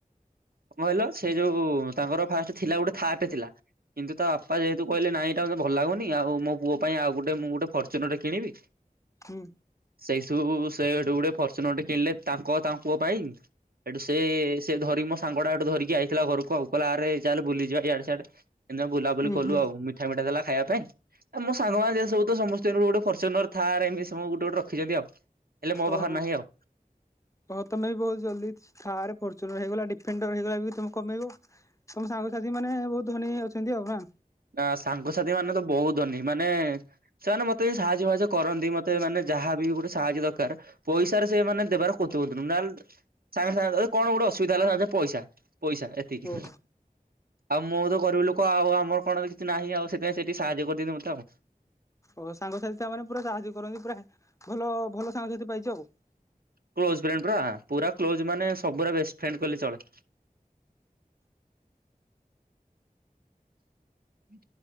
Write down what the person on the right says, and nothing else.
କ କହିଲ ସେ ଯୋଉ ତାଙ୍କର ଫାଷ୍ଟ ଥିଲା ଗୋଟେ ଥାର୍ରେ ଟେ ଥିଲା। କିନ୍ତୁ ତା ବାପା ଯେହେତୁ କହିଲେ ନାଇଁ ଏଇଟା ମୋତେ ଭଲ ଲାଗୁନି ଆଉ ମୋ ପୁଅ ପାଇଁ ଆଉ ଗୋଟ ମୁଁ ଗୋଟେ ଫର୍ଚୁନର କିଣିବି।
ସେଇ ସବୁ ସେହେଇଠୁ ଗୋଟେ ଫର୍ଚୁନରଟେ କିଣିଲେ ତାଙ୍କ ତା ପୁଅ ପାଇଁ। ଏଠୁ ସେ ସେ ଧରିକି ମୋ ସାଙ୍ଗଟା ଏଠୁ ଧରିକି ଆଇଥିଲା ଘରକୁ ଆଉ କହିଲା ଆରେ ଚାଲେ ବୁଲିଯିବା ଇଆଡେ ସିଆଡେ। ଏମିତିଆ ବୁଲାବୁଲି
କଲୁ
ଆଉ ମିଠା ମିଠା ଦେଲା ଖାଇବା ପାଇଁ ମୋ ସାଙ୍ଗମାନେ ସବୁ ତ ସମ <unintelligible> ଫ୍ୟଚୁନର ଥାର୍ ଏମିତି ଗୋଟେ ଗୋଟେ ରଖିଛନ୍ତି ଆଉ ହେଲେ ମୋ ପାଖରେ
ନାହିଁ ଆଉ।
ନା ସାଙ୍ଗସାଥି ମାନେ ତ ବହୁତ ହନି ମାନେ ସେମାନେ ମୋତେ ସାହାଯ୍ୟ ସାହାଜ୍ୟ କରନ୍ତି ମୋତେ ମାନେ ଯାହାବି ଗୋଟେ ସାହାଯ୍ୟ ଦରକାର। ପଇସାରେ ସେମାନେ ଦେବାର କୁଂଥୁ କୁଂଥୁ ନହେଲେ ସାଙ୍ଗେ ସାଙ୍ଗେ କଣ ଗୋଟେ ଅସୁବିଧା ହେଲା ପଇସା ପଇସା ଏତିକି।
ଆଉ ମୁଁ ତ ଗରିବି ଲୁକ କହ ଆଉ ଆମର କଣ କି ନାହିଁ ଆଉ ସେଥିାଇଁ ସେଠି ସାହାଯ୍ୟ କରିଦଅ ମୋତେ ଆଉ।
କ୍ଲୋଜଫ୍ରେଣ୍ଡ ପୁରା ପୁରା କ୍ଲୋଜ ମାନେ ସବୁରା ବେଷ୍ଟ ଫ୍ରେଣ୍ଡ କହିଲେ ଚଳେ। ହୁଁ।